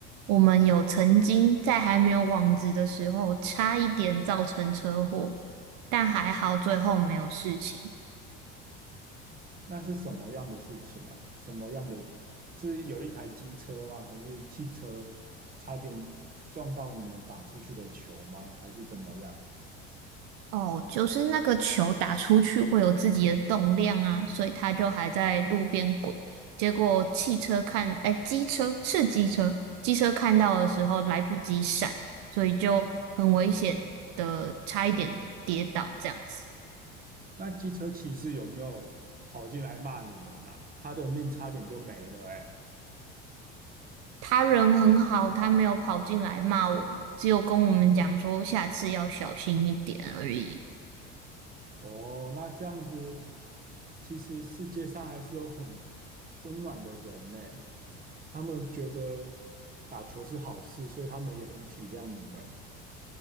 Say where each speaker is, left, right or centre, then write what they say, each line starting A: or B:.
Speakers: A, on the right; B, on the right.
A: 我们有曾经在还没有网子的时候，差一点造成车祸，但还好最后没有事情。
B: 那是什么样的事情啊？什么样的？是有一台机车吗？还是汽车差点撞到你们打出去的球吗？还是怎么样？
A: 哦，就是那个球打出去会有自己的动量啊，所以它就还在路边滚。结果汽车看，哎，机车是机车，机车看到的时候来不及闪，所以就很危险的，差一点跌倒这样子。
B: 那机车骑士有没有跑进来骂你们啊？他的命差点就没了哎、
A: 他人很好，他没有跑进来骂我们，只有跟我们讲说下次要小心一点而已。
B: 哦，那这样子，其实世界上还是有很温暖的人呢、他们觉得打球是好事，所以他们也很体谅你们。